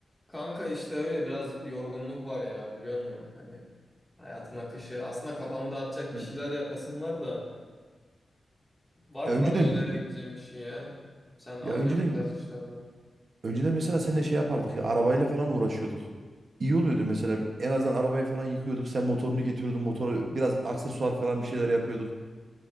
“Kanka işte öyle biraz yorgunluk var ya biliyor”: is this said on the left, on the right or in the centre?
Centre